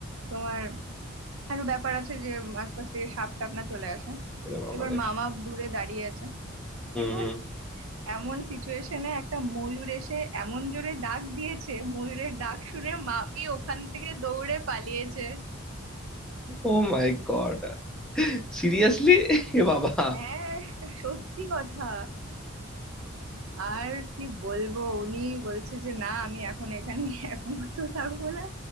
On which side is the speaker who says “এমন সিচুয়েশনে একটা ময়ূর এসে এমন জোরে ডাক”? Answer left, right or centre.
Right